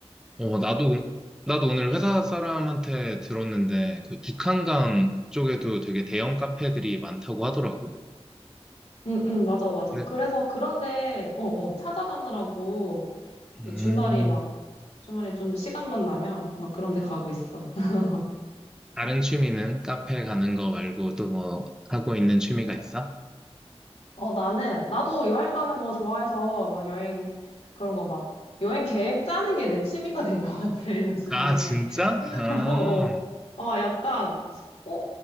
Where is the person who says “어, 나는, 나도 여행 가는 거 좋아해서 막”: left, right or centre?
Left